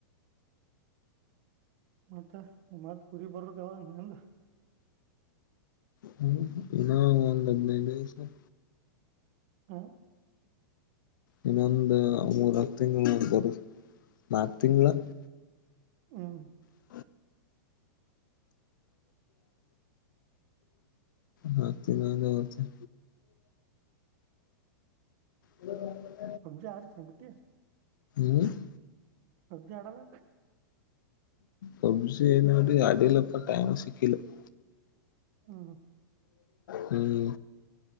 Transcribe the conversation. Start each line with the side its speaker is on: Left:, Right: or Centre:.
Right: ಮತ್ತ ಮತ್ತ ಊರಿಗ ಬರುದು ಯಾವಾಗ ಎಂದ? <inaudible>
Left: ಹು ಇನ್ ಒಂದ ಹದಿನೈದು ದಿವಸ <inaudible>
Right: ಆ <inaudible>
Left: ಇನ್ನೊಂದು ಮೂರ ಆರ ತಿಂಗಳ ಬರುದ ನಾಲ್ಕ ತಿಂಗಳ <inaudible>
Right: ಹೂ <inaudible>
Left: <inaudible> <unintelligible> ಹತ್ತ ದಿನ ಹೊತ <inaudible> <unintelligible> <unintelligible> <inaudible>
Right: ಪಬ್ಜಿ ಆಡತ್ತಿ ಏನ್ ಬಿಟ್ಟಿ. <inaudible>
Left: ಏನ್ <inaudible>
Right: ಪಬ್ಜಿ ಆಡೋಲ್ಲ? <inaudible>
Left: ಪಬ್ಜಿ ಇನ್ ವರಿಗೂ ಆಡಿಲ್ಲಪ್ಪ ಟೈಮ್ ಸಿಕ್ಕಿಲ್ಲ. <inaudible>
Right: ಹ್ಮ್
Left: ಹೂ <inaudible>